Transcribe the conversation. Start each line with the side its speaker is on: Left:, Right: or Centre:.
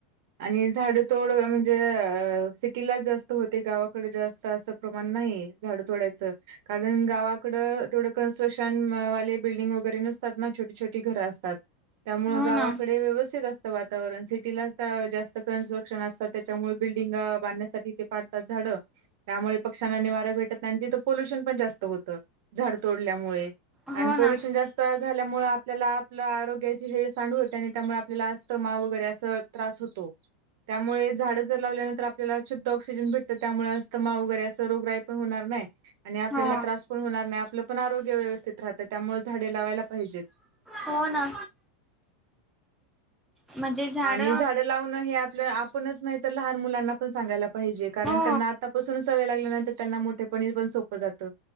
Right: आणि झाड चोड म्हणजे सिटीलाच जास्त होते गावाकडे जास्त असं प्रमाण नाही. झाड तोडायचं कारण गावाकडं तेवडं कन्स्ट्रक्शन बिल्डिंग वगरे नतात ना छोट छोटी घरं असतात त्यामुळे
Centre: हो
Right: गावा.
Centre: ना
Right: ते व्यवस्थित असत वातावरण सिटीला जास्त कन्स्ट्रक्शन असतात त्याच्यामुळे बिल्डिंग बांधण्यासाठी झाडं त्यामुळे पक्ष्यांना निवारा भेटत नाही तिथं पोल्युशन पण जास्त होतं झाड तोडल्यामुळे
Centre: हो
Right: आणि
Centre: ना
Right: पोल्युशन जास्त झाल्यामुळे आपल्याला आपलं आरोग्याची हेळ सांडवते आणि त्यामुळे आपल्याला असस्त मा वगैरे असं त्रास होतो. त्यामुळे झाडं जर लावल्यानंतर आपल्याला शुद्ध ऑक्सिजन भेटतं त्यामुळे अस्तमा वगैरे असं रोग पण होणार नाही. आणि आपल्याला
Centre: हो.
Right: त्रास पण होणार नाही आपलं पण आरोग्य व्यवस्थित राहतं त्यामुळे झाडे लावायला पाहिजेत.
Centre: हो ना म्हणजे झाड
Right: आणि झाडं लावणं हे आपलं आपणच माह तर लहान मुलांना पण सांगायला पाहिजे कारण
Centre: हो
Right: त्यांना आतापासून सवय लागल्यानंतर त्यांना मोठेपणी पण सोपं जातं.